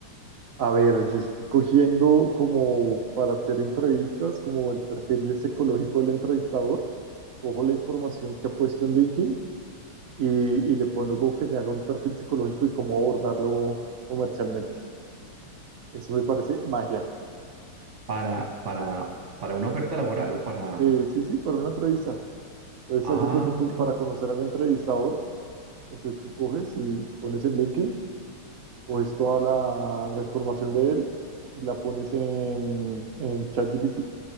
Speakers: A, on the right; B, on the right.
A: A ver, yo estoy cogiendo como para hacer entrevistas, como el perfil psicológico del entrevistador. Cojo la información que ha puesto en LinkedIn y, y le pongo como que me haga un perfil psicológico y cómo abordarlo comercialmente. Eso me parece magia.
B: Para, para, para una oferta laboral o para...
A: Eh, sí, sí, para una entrevista. Entonces,
B: Ah,
A: haz de cuenta tú,
B: ok.
A: para conocer al entrevistador, entonces tú coges y pones en LinkedIn coges toda la, la información de él, la pones en, en ChatGPT y